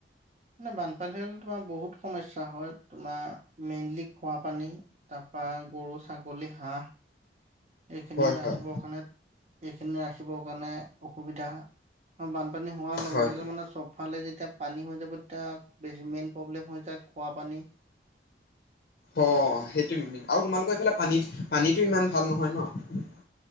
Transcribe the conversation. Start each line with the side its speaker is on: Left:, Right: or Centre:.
Right: মানে বানপানী হলে তোমাৰ বহুত সমস্যা হয় তোমাৰ মেইনলি খোৱা পানী তাৰ পৰা গৰু, ছাগলী, হাঁহ এইখিনি
Left: হয়
Right: ৰাখিব
Left: হয়
Right: কাৰণে এইখিনি ৰাখিব কাৰণে অসুবিধা বান পানী হোৱাৰ লগে
Left: হয়
Right: লগে
Left: হয়।
Right: মানে চপফালে যেতিয়া পানী হৈ যাব তেতিয়া বেছি মেইন প্ৰব্লেম হৈ যায় খোৱা পানী
Left: অ সেইটো মেইন আৰু তোমালোকৰ এইফালে পানীত পানীতো ইমান ভাল নহয় ন